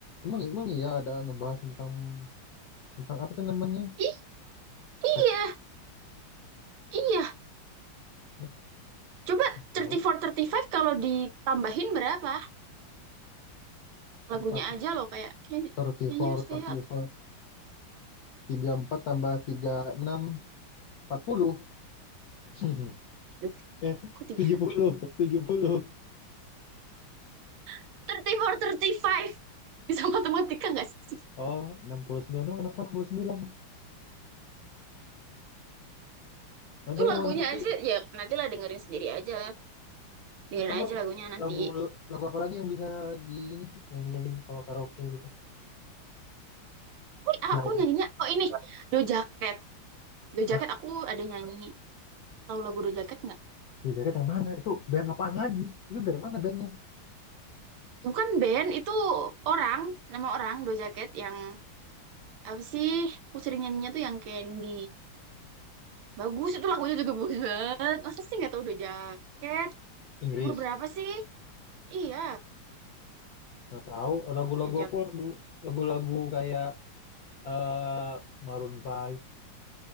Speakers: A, on the left; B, on the right.
A: emang emang iya ada ngebahas tentang tentang apa tuh namanya?
B: I-
A: Seks.
B: iya, iya.
A: Nggak
B: Coba 34,
A: Tahu.
B: 35 kalau ditambahin berapa? Lagunya
A: Empat, 34,
B: aja loh kayak can, can you stay
A: 35,
B: up?
A: 34 tambah tiga puluh enam empat puluh <laughs>
B: Duh,
A: Eh,
B: Kok tiga
A: tujuh puluh tujuh puluh
B: tiga puluh empat tiga puluh lima Bisa matematika nggak sih?
A: Oh, 69. Emang kenapa 69? Mantap,
B: Itu
A: gua
B: lagunya
A: gak ngerti.
B: aja, ya nantilah dengerin sendiri aja. Dengerin
A: Terus kamu
B: aja
A: lagu,
B: lagunya nanti.
A: lagu lagu apa lagi yang bisa di ini, yang dinyanyiin kalau karaoke gitu?
B: Wih,
A: Selain,
B: aku nyanyinya, oh ini, Do Jacket. Do
A: hah,
B: Jacket aku ada nyanyi. Tahu lagu Do Jacket nggak?
A: Blue Jacket yang mana? Itu band apaan lagi? Itu dari mana bandnya?
B: Bukan band, itu orang, nama orang Do Jacket yang, apa sih, aku sering nyanyinya tuh yang Candy. Bagus, itu lagunya juga bagus banget. Masa sih nggak tahu Do Jacket?
A: Inggris.
B: Umur berapa sih? Iya,
A: Nggak tahu. Lagu-lagu
B: Do Jacket.
A: aku lagu, lagu-lagu kayak eh Maroon Five